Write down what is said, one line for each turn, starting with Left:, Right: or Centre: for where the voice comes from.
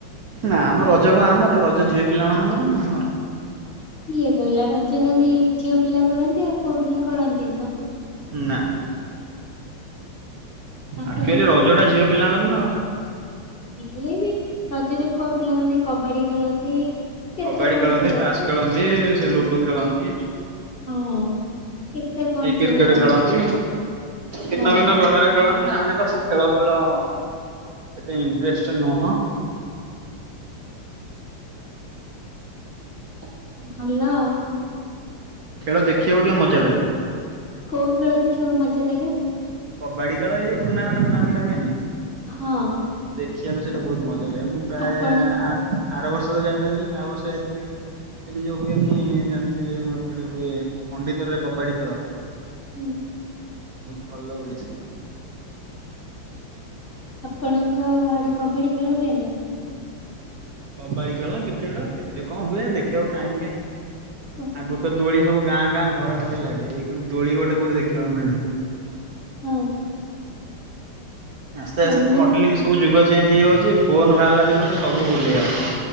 Right: ନା ମ ରଜ କଁ ଆମର ରଜ ଝିଅ ପିଲା ମାନଙ୍କର ନା ଆମର।
Left: କିଏ କହିଲା ରଜ ଖାଲି ଝିଅ ପିଲା କରନ୍ତି ଆଉ ପୁଅ ପିଲା କରନ୍ତିନି ନା।
Right: ନା
Left: ଆପଣଙ୍କ
Right: ଆକଚୁଆଲି ରଜ ଟା ଝିଅ ପିଲାଙ୍କର ନା ଆଉ।
Left: ହେଲେ ବି। ରଜରେ ପୁଅ ପିଲାମାନେ କବାଡି ଖେଳନ୍ତି, କେତେ
Right: କବାଡି
Left: କଣ
Right: ଖେଳନ୍ତି
Left: ସବୁ
Right: ତାସ ଖେଳନ୍ତି ସେ ଲୁ ଡୁ ଖେଳନ୍ତି।
Left: ହଁ। କେତେ କଣ
Right: କିଏ
Left: ସବୁ
Right: କ୍ରିକେଟ
Left: ଖେଳ
Right: ଖେଳନ୍ତି, ଭିନ୍ନ
Left: ହଁ
Right: ଭିନ୍ନ ପ୍ରକାର ଖେଳନ୍ତି ଆମେ ତ ସେ ଖେଳ ଫେଳ ଏତେ ଇଣ୍ଟରେଷ୍ଟ ନୁହଁ। ହ
Left: ହ୍ୟାଲୋ।
Right: ଖେଳ ଦେଖିବାକୁ ଟିକେ ମଜା ଲାଗେ।
Left: କୋଉ ଖେଳ ଦେଖିବାକୁ ମଜା ଲାଗେ?
Right: କବାଡି ଖେଳ, ଏ ଯୋଉ ଟୁର୍ଣ୍ଣାମେଣ୍ଟ ଫୁର୍ଣ୍ଣାମେଣ୍ଟ ହୁଏନି।
Left: ହଁ।
Right: ଦେଖିବାକୁ ସେଇଟା ବହୁତ ମଜା ଲାଗେ ମୁଁ ପ୍ରାୟେ
Left: ଆପଣ
Right: ଆ ଆର ବର୍ଷ ତ ଯାଇନଥିଲି ତା ବର୍ଷ ଯାଇଥିଲି। ଏଠି ଯୋଉ ହୁଏନି ଜାଣିଥିବେ ମୁଁ ଏପଟେ ହୁଏ ଖଣ୍ଡିତ ରେ କବାଡି ଖେଳ।
Left: ହୁଁ।
Right: ବହୁତ ଭଲ ହୁଏ ସେଠି।
Left: ଆପଣଙ୍କ ଆଡେ କବାଡି ଖେଳ ହୁଏନା?
Right: କବାଡ଼ି ଖେଳ, କ୍ରିକେଟ ଖେଳ କେତେ କଣ ହୁଏ ଦେଖିବାକୁ ଟାଇମ୍ କାଇଁ
Left: ଓହୋ
Right: ଆଗରୁ ତ ଦୋଳି ସବୁ ଗାଁ ଗାଁ ଘରେ ଘରେ ଲାଗେ ଏଇଖଣି ଦୋଳି ଗୋଟେ କୋଉଠି ଦେଖିବାକୁ ମିଳୁନି।
Left: ହଉ।
Right: ଆସ୍ତେ ଆସ୍ତେ
Left: ଆମ
Right: ମଡେଲିଂ ସବୁ ଯୁଗ ଚେଞ୍ଜ ହେଇଯାଉଛି ଫୋନ୍ ବାହାରିଲା ଦିନ ଠୁ ସବୁ ଭୁଲିଗଲା।